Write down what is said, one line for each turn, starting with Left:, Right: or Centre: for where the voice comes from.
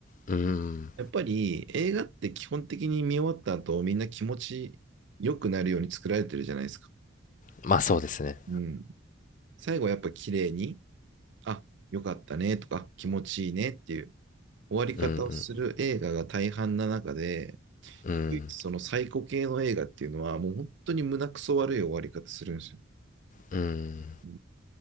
Left: うん。
Right: やっぱり映画って基本的に見終わった後、みんな気持ち良くなるように作られてるじゃないですか。
Left: まあそうですね。
Right: うん。最後はやっぱ綺麗に、あ、良かったねとか、気持ちいいねっていう終わり方をする映画が大半な中で、
Left: うんうんうん
Right: 唯一そのサイコ系の映画っていうのは、もう本当に胸くそ悪い終わり方するんですよ。
Left: うん
Right: う